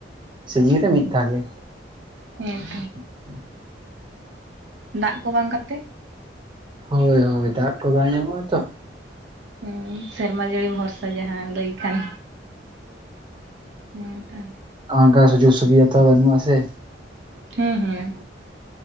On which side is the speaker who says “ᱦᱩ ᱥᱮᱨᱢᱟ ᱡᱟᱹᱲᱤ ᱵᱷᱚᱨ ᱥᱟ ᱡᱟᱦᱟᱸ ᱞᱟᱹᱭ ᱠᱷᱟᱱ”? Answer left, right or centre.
Right